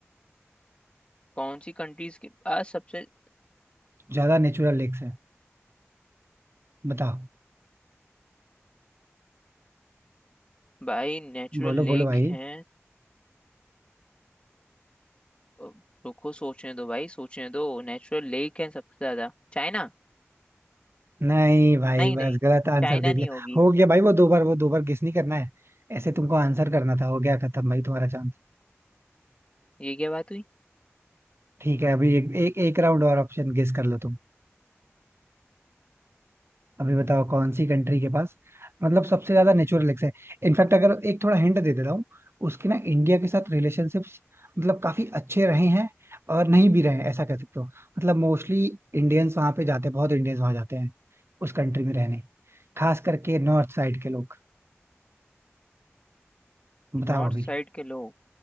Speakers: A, on the left; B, on the right.
A: कौन सी कंट्रीज के पास सबसे
B: ज्यादा नेचुरल लेक्स हैं बता
A: भाई नेचुरल
B: बोलो
A: लेक
B: बोलो भाई
A: है अ, रुको सोचने दो भाई सोचने दो नेचुरल लेक है सबसे ज्यादा चाइना
B: नहीं भाई
A: नहीं
B: बस
A: नहीं
B: गलत आंसर
A: चाइना
B: दे
A: नहीं
B: दिया
A: होगी
B: हो गया भाई वो दो बार वो दो बार गेस नहीं करना है ऐसे तुमको आंसर करना था हो गया खत्म भाई तुम्हारा चांस
A: ये क्या बात हुई
B: ठीक है अभी एक एक, एक राउंड और ऑप्शन गेस कर लो तुम अभी बताओ कौन सी कंट्री के पास मतलब सबसे ज्यादा नेचुरल लेक्स है इनफैक्ट अगर एक थोड़ा हिंट दे दे रहा हूँ उसके ना इंडिया के साथ रिलेशनशिप्स मतलब काफी अच्छे रहे हैं और नहीं भी रहे हैं ऐसा कह सकते हो मतलब मोस्टली इंडियंस वहां पे जाते हैं बहुत इंडियंस वहां जाते हैं उस कंट्री में रहने खास करके नॉर्थ साइड के लोग बताओ
A: नॉर्थ
B: अभी
A: साइड के लोग